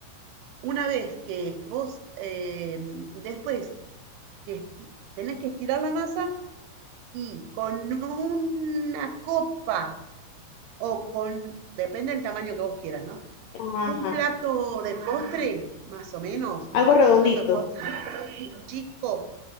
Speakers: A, on the right; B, on the left.
A: Una vez que vos eh, después que tenés que estirar la masa y con una copa o con, depende del tamaño que vos quieras, ¿no?
B: Ajá,
A: Un plato de postre, más o menos, un,
B: algo redondito.
A: un plato de postre chico,